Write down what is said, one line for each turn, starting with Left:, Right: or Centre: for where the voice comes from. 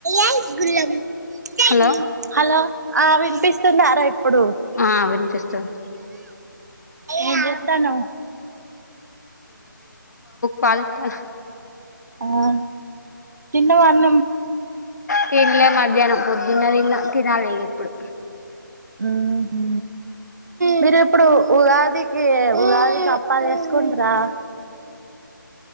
Right: <inaudible>
Left: hello
Right: hello ఆ వవినిపిస్తుందరా ఇప్పుడు
Left: ఆ వినిపిస్తుంది
Right: ఏదస్తాను
Left: పాల ఇతను
Right: ఆ తిన్నావా ఆనం
Left: తినలే మధ్యాహ్నం పొద్దున్న తిన్న తినాలిదు ఇప్పుడు
Right: ఉహు మీరు ఇప్పుడు ఉగాదికి ఉగాది కప్ అప్పలు చేసుకుంట్రా